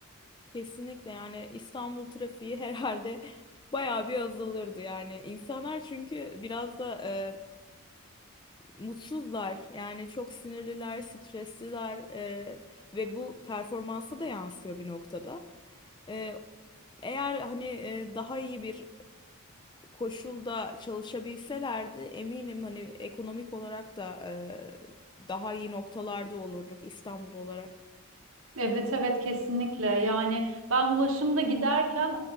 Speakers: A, on the left; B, on the right.
A: Kesinlikle yani İstanbul trafiği herhalde <laughs> bayağı bir azalırdı yani. insanlar çünkü biraz da e, mutsuzlar yani çok sinirliler, stresliler e, ve bu performansa da yansıyor bir noktada. E, eğer hani e, daha iyi bir koşulda çalışabilselerdi eminim hani ekonomik olarak da e, daha iyi noktalarda olurduk İstanbul olarak.
B: Evet evet kesinlikle yani ben ulaşımda giderken